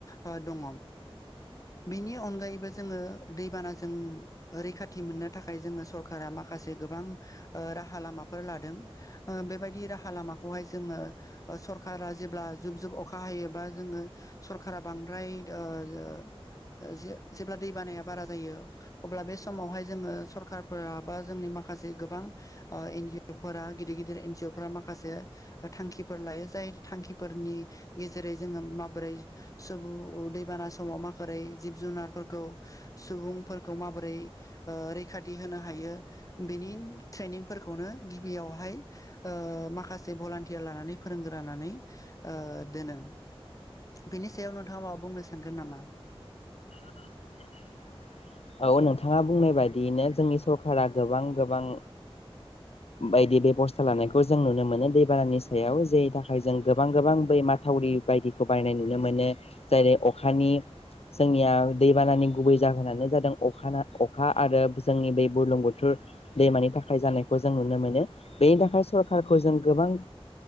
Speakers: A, on the left (about 35°); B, on the left (about 85°).
A: ओ दंङ। बिनि अनगायैबो जोङो दैबानाजों रैखाथि मोननो थाखाय जोङो सरकारा माखासे गोबां ओ राहा लामाफोर लादों ओ बेबायदि राहा लामा खौहाय जोङो सरखारा जेब्ला जुब जुब अखा हायो बा जोङो सरखारा बांद्राय ओ ओ ओ जे-जेब्ला दै बानाया बारा जायो अब्ला बे समावहाय जोङो सरखारफोरा बा जोंनि माखासे गोबां ओ एन जि अ' फोरा गिदिर गिदिर एन जि अ' फोरा माखासे थांखिफोर लायो जाय थांखिफोरनि गेजेरै जोङो माबोरै सुबुं दैबाना समाव माबोरै जिब जुनारफोरखौ सुबुंफोरखौ माबोरै ओ रैखा थि होनो हायो बेनि ट्रेनिंगफोरखौनो गिबियावहाय ओ माखासे भलान्टियार लानानै फोरोंग्रा लानानै ओ दोनो। बिनि सायाव नोंथांङा माबा बुंनो सानगोन नामा?
B: <inaudible> औ नोंथाङा बुंनाय बायदियैनो जोंनि सरखारा गोबां गोबां बायदि बेब'स्था लानायखौ जों नुनो मोनो दैबानानि सायाव जेनि थाखाय जों गोबां गोबां बै मा थावरि बायदिखौ बायनाय नुनो मोनो जेरै अखानि जोंनिया दैबानानि गुबै जाहोनानो जादों अखाना अखा आरो जोंनि बेै बुरलुंबुथुर दैमानि थाखाय जानायखौ जों नुनो मोनो बेनि थाखाय सरखारखौ जों गोबां